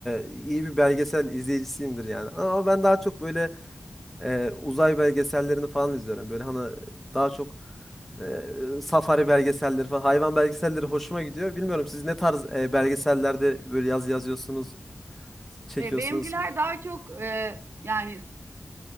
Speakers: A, in the centre; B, on the right.
A: e, iyi bir belgesel izleyicisiyimdir yani. Ama ben daha çok böyle e, uzay belgesellerini falan izliyorum. Böyle hani daha çok e, safari belgeselleri falan, hayvan belgeselleri hoşuma gidiyor. Bilmiyorum siz ne tarz e, belgesellerde böyle yaz yazıyorsunuz, çekiyorsunuz.
B: E, benimkiler daha çok e, yani